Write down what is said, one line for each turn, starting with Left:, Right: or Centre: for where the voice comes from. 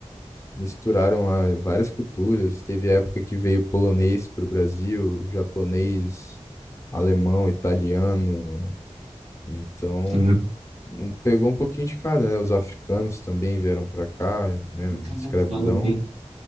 Left: Misturaram lá várias culturas. Teve época que veio polonês para o Brasil, japonês, alemão, italiano, Então,
Right: Sim.
Left: um- pegou um pouquinho de cada, né? Os africanos também vieram para cá, né?
Right: Então,
Left: Escravidão.
Right: ó,